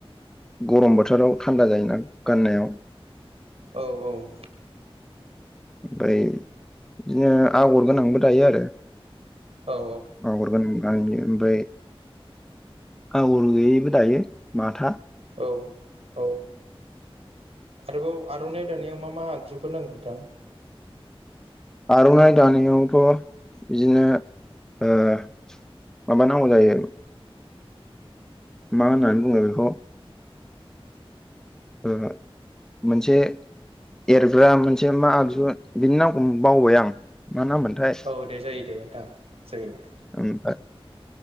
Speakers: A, in the centre; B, on the right (about 90°).
A: गरम बोथोराव थान्दा जायोना गाननायाव
B: औ
A: ओमफ्राय बिदिनो आगर गोनांबो दायो आरो
B: औ
A: आगर गोन नां ओमफाय आगर गैयैबो दायो माथा
B: औ औ आरोबाव आर'नाइ दानायाव मा मा आगजुफोर नांगौ नोंथां
A: आर'नाइ दानायावथ' बिदिनो ओ माबा नांगौ जायो। मा होन्नानै बुङो बेखौ ओ मोनसे एरग्रा मोनसे मा आगजु बिनि नामखौ बावबाय आं मा नाममोनथाय
B: औ दे जायो दे नोंथां जायो दे
A: ओमफा